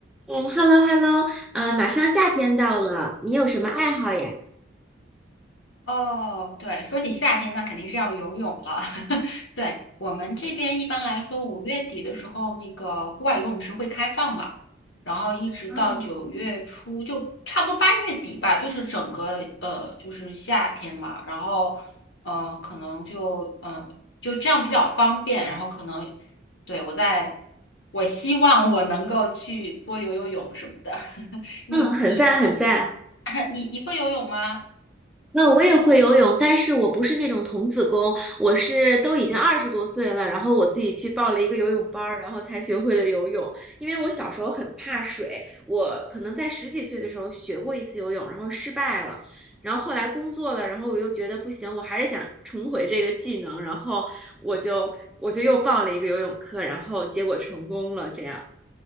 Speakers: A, in the centre; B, on the left (about 65°).
A: 嗯，hello hello，呃，马上夏天到了，你有什么爱好呀？
B: 哦，对，说起夏天，那肯定是要游泳了。<laughs> 对，我们这边一般来说，五月底的时候，那个户外游泳池会开放嘛，然后一直到九月初，
A: 啊，
B: 就差不多八月底吧，就是整个呃，就是夏天嘛。然后，呃，可能就呃，就这样比较方便。然后可能，对，我在，我希望我能够去多游游泳什么的。<laughs> 你你你
A: 嗯，很赞很赞。
B: <laughs> 你你会游泳吗？
A: 那我也会游泳，但是我不是那种童子功，我是都已经二十多岁了，然后我自己去报了一个游泳班儿，然后才学会了游泳。因为我小时候很怕水，我可能在十几岁的时候学过一次游泳，然后失败了，然后后来工作了，然后我又觉得不行，我还是想重回这个技能，然后我就我就又报了一个游泳课，然后结果成功了，这样。